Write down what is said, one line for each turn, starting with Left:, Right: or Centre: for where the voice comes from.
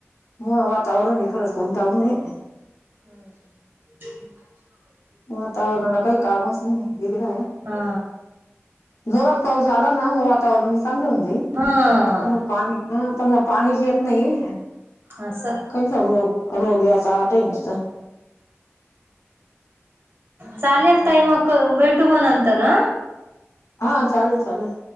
Left: मग वातावरण खरंच खूप डाउन आहे.
Right: हम्म!
Left: वातावरणाला काही कामच नाही बिघड्या.
Right: हा
Left: जोरात पाऊस आला ना मग वातावरण चांगलं होऊ जाईल.
Right: ह!
Left: पण मग पाणी पण मग पाणीच येत नाही.
Right: अस
Left: रोग रोग्याचाटय नुसत.
Right: चालेल ताई मग भेटू मग नंतर.
Left: हा चालेल चालेल!